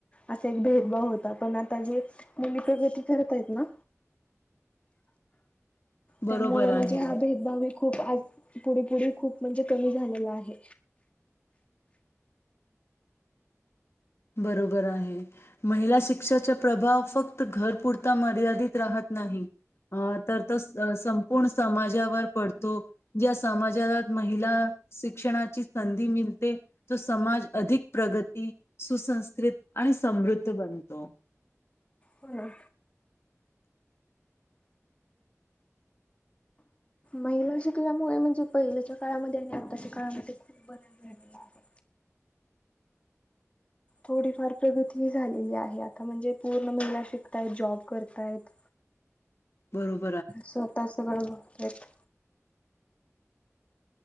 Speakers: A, on the left; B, on the left.
A: असा एक भेदभाव होता पण आता जे मुली प्रगती करतायत ना त्यामुळे
B: बरोबर
A: म्हणजे
B: आहे.
A: हा भेदभाव एक खूप आज पुढे पुढे खूप म्हणजे कमी झालेलं आहे.
B: बरोबर आहे महिला शिक्षाचा प्रभाव फक्त घर पुुरता मर्यादित राहत नाही अं तर तो स संपूर्ण समाजावर पडतो ज्या समाजात महिला शिक्षणाची संधी मिळते तो समाज अधिक प्रगती सुसंस्कृत आणि समृद्ध बनतो.
A: हो ना. महिला शिकल्यामुळे म्हणजे पहिल्याच्या काळामध्ये आणि आताच्या काळामध्ये खूप बदल झालेला आहे. थोडीफार प्रगती झालेली आहे आता म्हणजे पूर्ण महिला शिकतायत जॉब करतायत.
B: बरोब
A: स्वतः सगळं येत